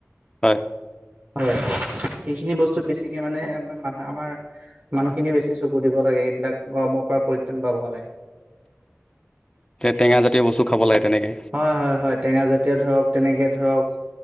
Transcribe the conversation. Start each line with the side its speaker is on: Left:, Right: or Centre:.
Left: হয়।
Right: হয়। সেইখিনি বস্তু বেছিকে মানে আপোনাৰ মানহ আমাৰ মানুহখিনিয়ে বেছি চকু দিব লাগে এইবিলাক অ- সমাপ্তৰ পৰিত্ৰাণ পাব হ'লে।
Left: টেঙা জাতীয় বস্তু খাব লাগে। তেনেকে
Right: হয় হয় হয় টেঙা জাতীয় ধৰক তেনেকে ধৰক।